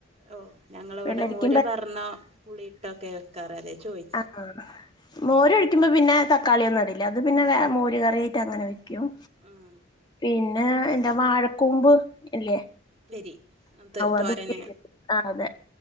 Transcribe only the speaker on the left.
വെള്ളരിക്കും
പ
ആഹ് മോര ഒഴിക്കുമ്പോ പിന്നെ തക്കാളിയ ഒന്നുംടല്ല അത് പിന്നെ മോര് കറിയായിട്ട് അങ്ങനെ ക്കും
പിന്നെ എന്താ വാഴകൂമ്പ് ഇല്ലേ
അതൊക്കെ ആ അതെ